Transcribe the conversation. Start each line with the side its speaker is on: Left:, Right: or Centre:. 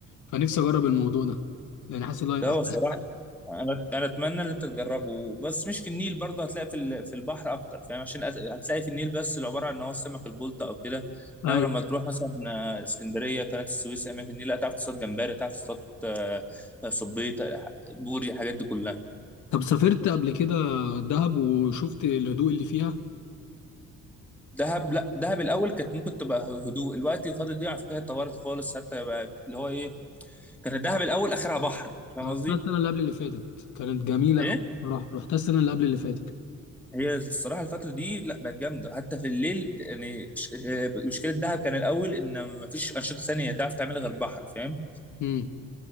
Left: فنفسي اجرب الموضوع ده لان حاسس ان هو هيبقى
Centre: لا هو
Left: حلو.
Centre: الصراحه انا انا اتمنى ان انت تجربه بس مش في النيل برضه هتلاقي في ال- في البحر اكتر فاهم عشان أس- هتلاقي في النيل بس اللي عباره عن ان هو السمك البلطي او كده
Left: أيوه.
Centre: انما لما تروح مثلا آه، اسكندريه قناه السويس اماكن النيل هتعرف تصطاد جمبري هتعرف تصطاد آه، آه، صبيط آه، بوري الحاجات دي كلها
Left: طب سافرت قبل كده دهب وشفت الهدوء اللي فيها
Centre: دهب لا دهب الاول كانت ممكن تبقى ه- هدوء الوقت الفتره دي على فكره هي اتطورت خالص حتى بقى اللي هو ايه كان دهب الاول اخرها بحر فاهم
Left: أنا
Centre: قصدي؟
Left: رحتها السنة اللي قبل اللي فاتت كانت جميلة
Centre: ايه؟
Left: أوي بصراحة رحتها السنة اللي قبل اللي فاتت
Centre: هي الصراحه الفتره دي لا بقت جامده حتى في الليل يعني ش- آه، مشكله دهب كان الاول ان مفيش انشطه ثانيه تعرف تعملها غير بحر فاهم
Left: امم